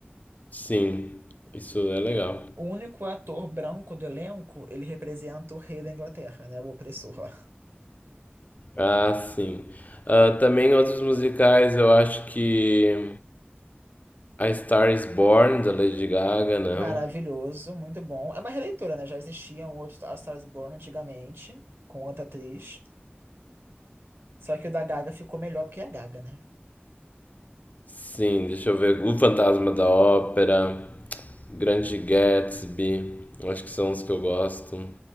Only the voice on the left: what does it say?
Sim, isso é legal.
Ah, sim. Ah, também outros musicais, eu acho que A Star is Born, da Lady Gaga, né?
Sim, deixa eu ver. O Fantasma da Ópera, Grande Gatsby, eu acho que são os que eu gosto.